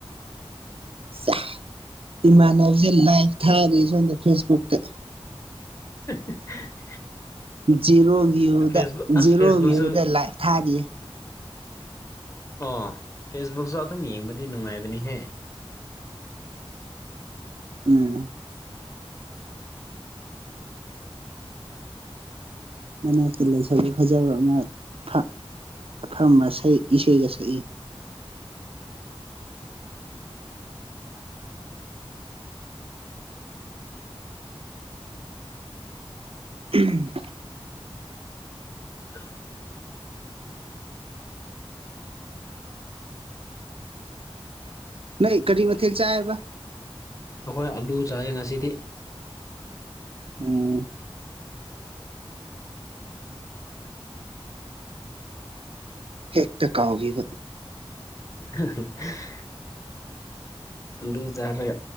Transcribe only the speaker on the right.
ꯆꯥ ꯏꯃꯥꯟꯅꯕꯁꯦ ꯂꯥꯏꯚ ꯊꯥꯔꯤ ꯁꯣꯝꯗ ꯐꯦꯁꯕꯨꯛꯇ
ꯖꯦꯔꯣ ꯒꯤꯌꯨꯗ
ꯖꯦꯔꯣ
ꯒꯤꯌꯨꯗ ꯂꯥꯏꯚ ꯊꯥꯔꯤꯌꯦ
ꯎꯝ꯫ ꯃꯅꯥꯛꯇ ꯂꯩꯁꯥꯕꯤ ꯐꯖꯕ ꯑꯃ ꯐꯝ ꯐꯝꯃ ꯏꯁꯩꯒ ꯁꯛꯏ ꯎꯝ
ꯅꫭꯏ ꯀꯔꯤ ꯃꯊꯦꯜ ꯆꯥꯏꯌꯦꯕ
ꯎꯝ ꯍꯦꯛꯇ ꯀꯥꯎꯒꯤꯕ